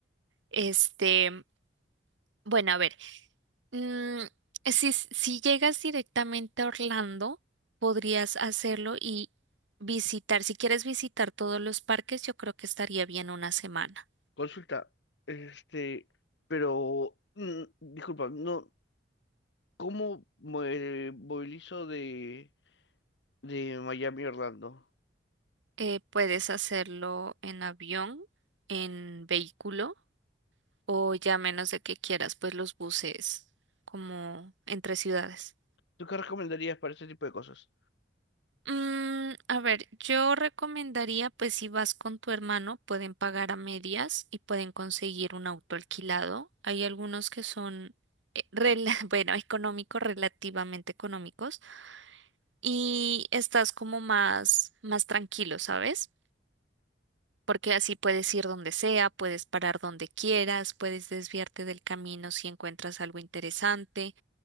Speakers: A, on the right (about 80°); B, on the left (about 65°).
A: Este, bueno, a ver, mm, si, si llegas directamente a Orlando, podrías hacerlo y visitar, si quieres visitar todos los parques, yo creo que estaría bien una semana.
B: Consulta, este, pero, mm, disculpa, no, ¿cómo me movilizo de, de Miami a Orlando?
A: Eh, puedes hacerlo en avión, en vehículo. O ya menos de que quieras, pues los buses como entre ciudades.
B: ¿Tú qué recomendarías para ese tipo de cosas?
A: Mm, a ver, yo recomendaría, pues si vas con tu hermano, pueden pagar a medias y pueden conseguir un auto alquilado. Hay algunos que son, eh, rela- <laughs> bueno, económicos, relativamente económicos, y estás como más, más tranquilo, ¿sabes? Porque así puedes ir donde sea, puedes parar donde quieras, puedes desviarte del camino si encuentras algo interesante.